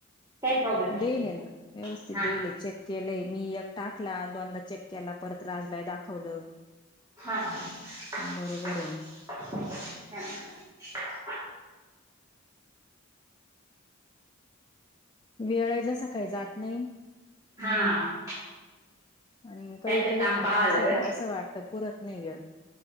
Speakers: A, on the right; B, on the left.
A: काही प्रॉब्लेम येत
B: देले
A: नाही
B: ना, व्यवस्थित
A: हा.
B: देले चेक. केलंय मी एक टाकला, दोनदा चेक केला परत राजलाही दाखवलं.
A: हा हा हा..
B: बरोबर आहे ना
A: <inaudible> हा हा..
B: वेळही जसं काही जात नाही.
A: हा..
B: आणि कधी
A: काहीतरी
B: कधी काम
A: पाहावं
B: असल्या
A: लागल
B: का? असं वाटत पुरत नाही वेळ.